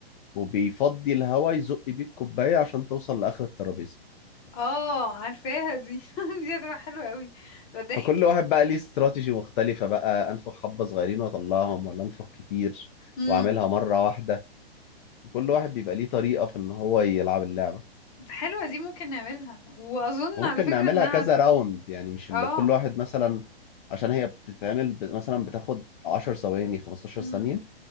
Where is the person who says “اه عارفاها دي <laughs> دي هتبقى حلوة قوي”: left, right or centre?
Left